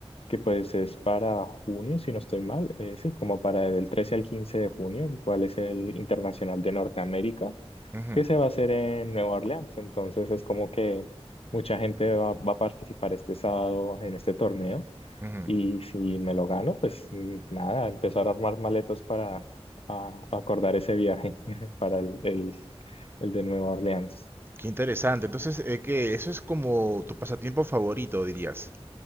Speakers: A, on the left (about 65°); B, on the right (about 20°).
A: que pues es para junio, si no estoy mal, eh, sí, como para el 13 al 15 de junio, el cual es el Internacional de Norteamérica,
B: ujú,
A: que se va a hacer en Nueva Orleans. Entonces es como que mucha gente va, va a participar este sábado en este torneo.
B: ujú.
A: Y si me lo gano, pues mm, nada, empezar a armar maletas para a- acordar ese viaje <laughs> para el, el, el de Nueva Orleans.
B: Qué interesante. Entonces, eh, ¿qué? Eso es como tu pasatiempo favorito, dirías.